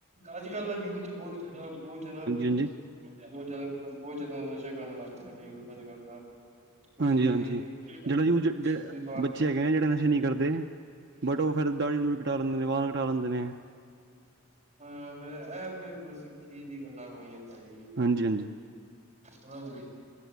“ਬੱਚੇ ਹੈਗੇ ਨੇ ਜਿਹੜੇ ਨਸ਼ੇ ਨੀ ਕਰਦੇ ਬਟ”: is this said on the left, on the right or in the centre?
Right